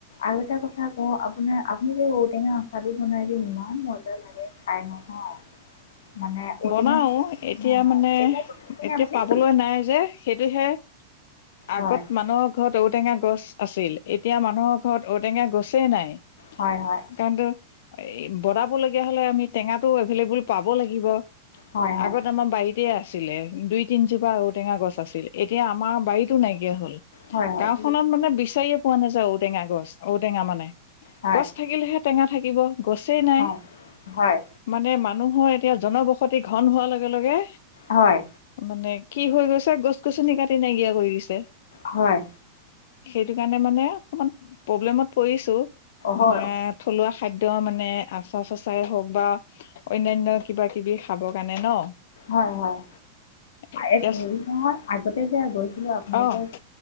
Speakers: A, on the left; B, on the left.
A: আৰু এটা কথা কওঁ, আপোনাৰ আপুনি যে, ঔটেঙা আচাৰ বনাই যে, ইমান মজা লাগে খাই নহয়। মানে ঔটেঙা
B: বনাওঁ এতিয়া
A: হয় হয়
B: মানে,
A: এইবাৰ পঠাইছেনে
B: এতিয়া
A: আপুনি
B: পাবলৈ নাই যে। সেইটোহে, আগত
A: হয়
B: মানুহৰ ঘৰত ঔটেঙা গছ আছিল, এতিয়া মানুহৰ ঘৰত, ঔটেঙা গছে নাই।
A: হয়, হয়।
B: সেইকাৰণেটো, বনাব লগীয়া হ'লে, আমি টেঙাটো এভেলেভোল পাব লাগিব।
A: হয় হয়
B: আগত আমাৰ বাৰীতে আছিলে। দুই, তিনজোপা ঔটেঙা গছ আছিল, এতিয়া আমাৰ বাৰীতো নাইকিয়া হ'ল,
A: হয় হয় হয়
B: গাঁওখনত মানে, বিচাৰিয়ে পোৱা নাযায় ঔটেঙা গছ। ঔটেঙা মানে,
A: হয়
B: গছ থাকিলেহে টেঙা থাকিব, গছে নাই।
A: হয় হয়
B: মানে মানুহৰ এতিয়া জনবসতি ঘ'ন হোৱা লগে লগে
A: হয়।
B: মানে কি হৈ গৈছে গছ, গছনি কাটি নাইকিয়া কৰি দিছে।
A: হয়।
B: সেইটো কাৰণে মানে অকমান প্ৰব্লেমত পৰিছো, মানে
A: হয়
B: থলুৱা খাদ্য মানে আচাৰ চাচাৰে হওক বা অন্যান্য কিবা কিবি খাব কাৰণে ন।
A: হয় হয়,
B: এতিয়া
A: এ ধৰি নহয় আগতে যে গৈছিলোঁ আপোনালোকৰ
B: অ